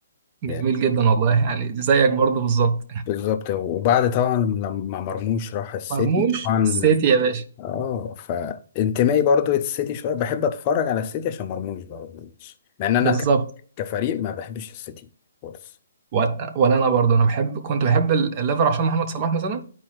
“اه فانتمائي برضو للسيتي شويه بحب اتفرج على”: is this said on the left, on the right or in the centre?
Left